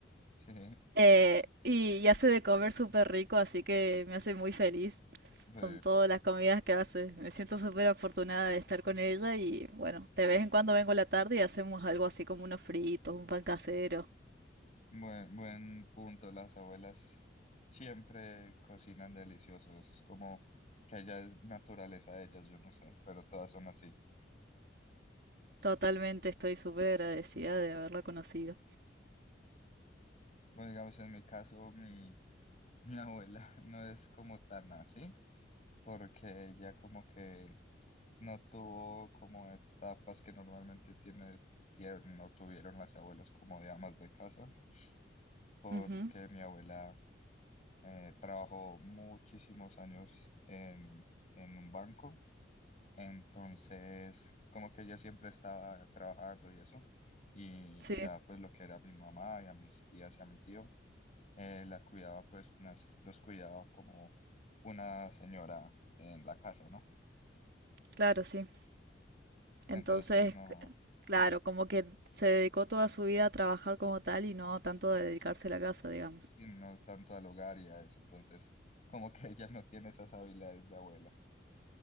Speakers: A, on the left; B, on the right.
A: <laughs> sí,
B: Eh, y, y hace de comer súper rico, así que me hace muy feliz
A: sí.
B: con todas las comidas que hace. Me siento súper afortunada de estar con ella y bueno, de vez en cuando vengo a la tarde y hacemos algo así como unos fritos, un pan casero.
A: Buen, buen punto. Las abuelas siempre cocinan delicioso. Eso es como que ya es naturaleza de ellas, yo no sé, pero todas son así.
B: Totalmente estoy súper agradecida de haberla conocido.
A: Bueno, digamos, en mi caso, mi, mi abuela <laughs> no es como tan así, porque ella como que no tuvo como etapas que normalmente tiene, tie- no tuvieron las abuelas como de amas de casa, porque
B: Ujú,
A: mi abuela Eh, trabajó muchísimos años en, en un banco, entonces como que ella siempre estaba trabajando y eso, y
B: Sí.
A: ya pues lo que era mi mamá y a mis tías y a mi tío, eh, la cuidaba pues unas, los cuidaba como una señora en la casa, ¿no?
B: Claro, sí. Entonces,
A: Entonces pues no,
B: claro, como que se dedicó toda su vida a trabajar como tal y no tanto a dedicarse a la casa, digamos.
A: sí, no tanto al hogar y a eso, entonces como que <laughs> ella no tiene esas habilidades de abuela.